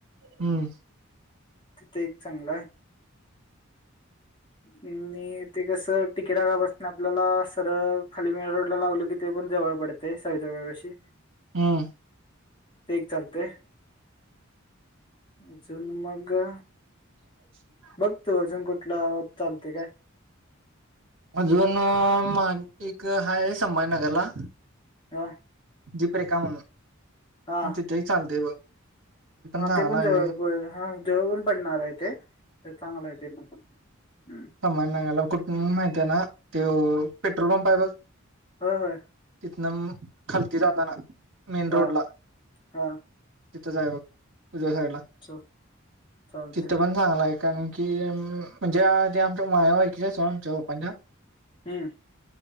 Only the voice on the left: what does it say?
तिथे एक चांगलं आहे. ते कस तिकिटा का बसत आपल्याला सरळ खाली मेन रोड ला लागल कि. ते पण जवळ पडते सावित वशी.
तेक चालते हे. अजून मग्गा.
गतो अजून कुठला आवक चालते काय.
ह.
हा
हा
ते पण
जळ
हा जवळ पण पडणार आहे ते चांगलं आहे ते पण. हं.
होय होय
हा
हा
च चालते
हम.